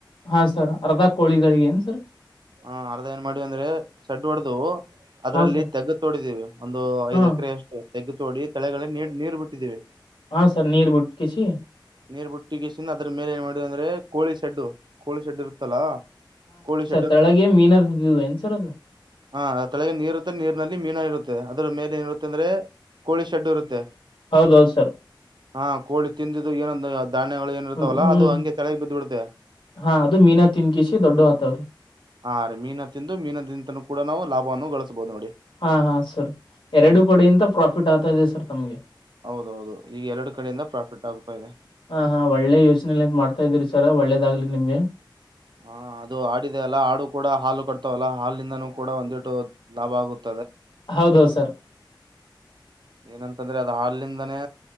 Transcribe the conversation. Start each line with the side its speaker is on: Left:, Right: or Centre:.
Left: ಹಾ ಸರ್ ಅರ್ಧ ಕೋಳಿಗಳಿಗೆ ಏನ್ ಸರ್
Right: ಹಾ ಅರ್ಧ ಏನ್ ಮಾಡವಿ ಅಂದ್ರೆ ಸೆಡ್ ಹೊಡೆದು ಅದ್ರಲ್ಲಿ
Left: ಹಾ ಸರ್
Right: ತೆಗ್ಗ ತೋಡಿದೀವಿ ಒಂದು
Left: ಹಾ
Right: ಐದ್ ಎಕರೆ ಅಷ್ಟು ತೆಗ್ಗು ತೋಡಿ ತಳೆಗಳೇ ನೀ ನೀರು ಬಿಟ್ಟಿದ್ದೀವಿ
Left: ಹಾ ಸರ್ ನೀರ್ ಬಿಟ್ಕಿಸಿ
Right: ನೀರ್, ಬಿುಟ್ಟಿಗೆಸನ್, ಅದ್ರ, ಮೇಲೆ, ಏನ್, ಮಾಡಿದೀವಿ! ಅಂದ್ರೆ ಕೋಳಿ, ಶೆಡ್ಡು ಕೋಳಿ ಶೆಡ್ ಇರುತ್ತಲ್ಲ, ಕೋಳಿಡ್. <inaudible>
Left: ಕೆಳಗೆ, ಮೀನ, ಅದೇ, ಏನೂಸರು. <inaudible>
Right: ಹಾ ಅದ ತಳಗೆ ನೀರು ಇರುತ್ತೆ ನೀರ್ನಲ್ಲಿ ಮೀನ ಇರುತ್ತೆ ಅದ್ರ ಮೇಲೆ ಏನಿರುತ್ತೆ ಅಂದ್ರೆ ಕೋಳಿ ಶೆಡ್ಡು ಇರುತ್ತೆ
Left: ಹೌದೌದ ಸರ್
Right: ಹಾ ಕೋಳಿ ತಿಂದಿದ್ದು ಏನಂದ ಧಾನ್ಯಗಳು ಏನ ಇರ್ತಾವಲ್ಲ
Left: ಹ್ಮ್
Right: ಅದು ಹಂಗೆ ತೆಳಗೆ ಬಿದ್ದು ಬಿಡುತ್ತೇ
Left: ಹಾ ಅದು ಮೀನಾ ತಿನ್ಕಿಸಿ ದೊಡ್ಡ ಆತವ್ರಿ
Right: ಹಾ ರೀ ಮೀನ ತಿಂದು ಮೀನದಿಂದೂ ಕೂಡ ನಾವು ಲಾಭವನ್ನು ಗಳಿಸಬಹುದು ನೋಡಿ
Left: ಹಾ ಹಾ ಸರ್ ಎರಡು ಕೋಡಿಯಂತ ಪ್ರಾಫಿಟ್ ಆಗ್ತಾ ಇದೆ ಸರ್ ತಮ್ಗೆ
Right: ಹೌದೌದು ಈಗ ಎರಡು ಕಡೆಯಿಂದ ಪ್ರಾಫಿಟ್ ಆಗ್ತಾ ಇದೆ
Left: ಹಾ ಹಾ ಒಳ್ಳೆ ಯೋಚನೆ ಮಾಡ್ತಾ ಇದೀರಿ ಸರ್ ಒಳ್ಳೇದಗ್ಲಿ ನಿಮ್ಗೆ
Right: ಹ ಅದು ಆಡಿದೆ ಅಲ್ಲ ಆಡು ಕೂಡ ಹಾಲು ಕಟ್ತವಲ್ಲ ಹಾಲಿಂದಾನೂ ಕೂಡ ಒಂದಿಟ್ಟು ಲಾಭ ಆಗುತ್ತೆ
Left: ಹೌದೌದ ಸರ್
Right: ಏನಂತಂದ್ರೆ ಅದ ಹಾಲಿಂದಾನೇ